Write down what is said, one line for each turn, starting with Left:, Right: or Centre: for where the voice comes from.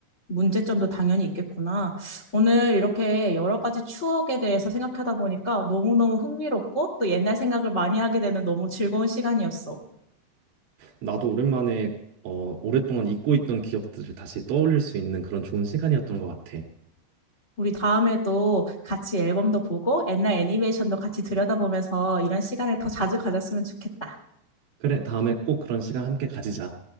Left: 문제점도 당연히 있겠구나. 오늘 이렇게 여러 가지 추억에 대해서 생각하다 보니까 너무너무 흥미롭고 또 옛날 생각을 많이 하게 되는 너무 즐거운 시간이었어.
Right: 나도 오랜만에 어, 오랫동안 잊고 있던 기억들을 다시 떠올릴 수 있는 그런 좋은 시간이었던 것 같아.
Left: 우리 다음에도 같이 앨범도 보고 옛날 애니메이션도 같이 들여다보면서 이런 시간을 더 자주 가졌으면 좋겠다.
Right: 그래, 다음에 꼭 그런 시간 함께 가지자.